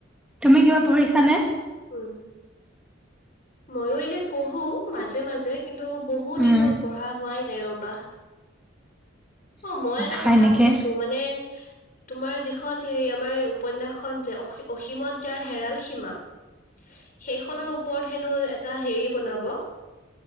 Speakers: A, in the centre; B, on the left.
A: তুমি কিবা পঢ়িছানে?
B: উম, ময়ো এনে পঢ়ো মাজে, মাজে। কিন্তু বহুত
A: উম
B: দিন হ'ল, পঢ়া হোৱাই নাই ৰ'বা। অ', মই এটা
A: হয়
B: কথা
A: নেকি
B: শুনিছো, মানে তোমাৰ যিখন হেৰি আমাৰ এই উপন্যাসখন যে অ 'অসীমত যাৰ হেৰাল সীমা'।
A: <inaudible>
B: সেইখনৰ ওপৰত হেনো এটা, হেৰি, বনাব